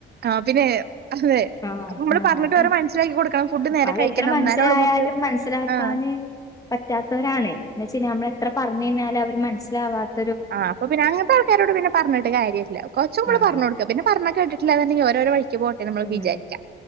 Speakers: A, on the right (about 55°); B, on the left (about 15°).
A: ആ പിന്നെ അതെ
B: ആഹ്
A: അപ്പൊമ്മള്
B: ആഹ്
A: പറ്ഞ്ഞിട്ടവരെ
B: അതാ
A: മൻസ്സിലാക്കി കൊടുക്കണം ഫുഡ് നേരെ
B: അതെത്ര
A: കഴിക്കണം
B: മനസ്സിലായാലും
A: എന്നാലൊള്ളൂ നമുക്ക്
B: മനസ്സിലാക്കാന്
A: ആഹ്
B: പറ്റാത്തവരാണ് ന്ന്വെച്ചൈനാമ്മളെത്ര പറഞ്ഞയിഞ്ഞാല് അവര് മനസ്സിലാവാത്
A: ആ അപ്പൊ പിന്നെ അങ്ങൻത്തെ ആൾക്കാരോട് പിന്നെ പറഞ്ഞിട്ട് കാര്യല്ല കൊറച്ചുംകൂടി
B: ആഹ്
A: പറ്ഞ്ഞൊട്ക്ക പിന്ന പറഞ്ഞാ കേട്ടിട്ടില്ലങ്കിൽ ഓരോരൊവഴി ക്പോട്ടെ നമ്മള്
B: ഉം
A: വിചാര്ച